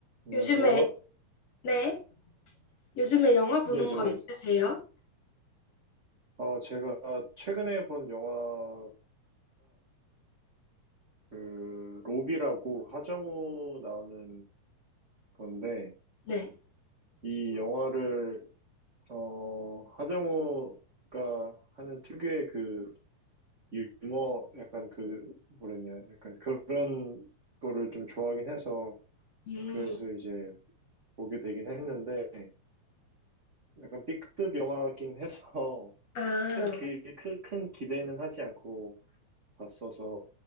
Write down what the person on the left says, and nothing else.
요즘에, 네. 요즘에 영화 보는
거
있으세요?
네.
음,
아,